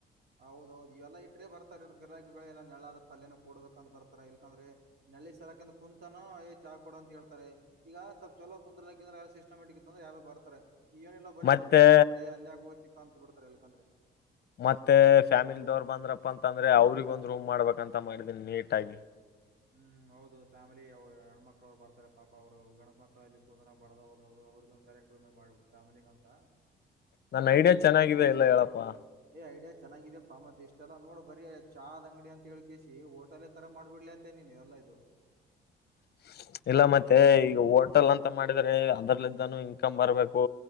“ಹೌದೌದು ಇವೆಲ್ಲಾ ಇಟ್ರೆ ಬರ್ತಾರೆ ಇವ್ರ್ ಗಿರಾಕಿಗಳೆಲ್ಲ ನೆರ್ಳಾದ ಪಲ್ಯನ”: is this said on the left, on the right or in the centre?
Right